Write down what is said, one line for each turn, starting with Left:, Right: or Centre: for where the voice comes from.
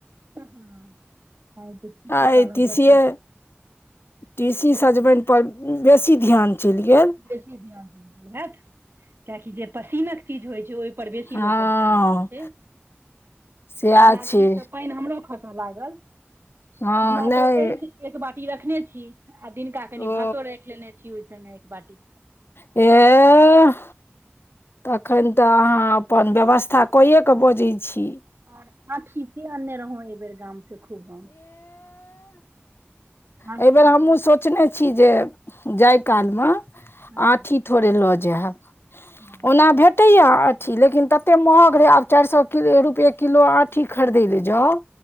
Right: हँ आइ तऽ ठीके
Left: आय
Right: कहलहुँ
Left: तीषिये
Right: तते
Left: तीसी
Right: ठीके
Left: सजबनि पर बेसी ध्यान चलि गेल
Right: बेसी ध्यान दे दिहैथ किएकी जे पसीनक चीज होइ छै ओहिपर बेसी
Left: हँ
Right: लोक के ध्यान जाय छै
Left: सएह
Right: ओना
Left: छै
Right: जी से पानि हमरो खस खस लागल
Left: हँ
Right: हमरा
Left: नहि
Right: तऽ अछि एक बाटी रखने छी आ दिनका कनि
Left: ओ
Right: भातो राखि लेने छी ओहि संगे एक बाटी
Left: एह तखन तऽ अहाँ अपन व्यवस्था कयए कऽ बजैत छी
Right: आ आ खीच आनने रह एहि बेर गामसँ खूब हम आँठी
Left: एहि बेेर हमहुँ
Right: सेहो।
Left: सोचने छी जे जाय काल मे
Right: हँ
Left: आठी थोड़े लऽ जायब
Right: हँ
Left: ओना भे कतै य आँठी लेकिन तते महग रहै आब चारि सए रुपए किलो आँठी खरीदै लए जाउ